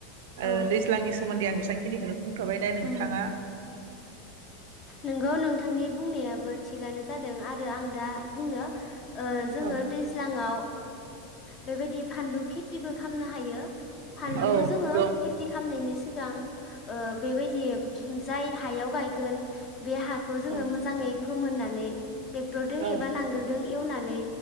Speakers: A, on the left; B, on the right.
A: औ
B: ओ दैज्लांनि सोमोन्दै आं एसे <unintelligible> बुंथ'बाय दे नोंथांङा
A: उम नोंगौ नोंथांनि बुंनायाबो थिगानो जादों आरो आं दा बुंनो ओ जोङो
B: औ
A: दैज्लाङाव बेबायदि फानलु खेथिबो खामना हायो फानलुखौ
B: औ नंगौ
A: जोङो खेति खामनायनि सिगां ओ बेबायदि जाय हायाव गायगोन बे हाखौ जोङो
B: औ
A: मोजाङै फोमोननानै दरदों
B: औ
A: एबा नांगोलजों
B: औ
A: एवनानै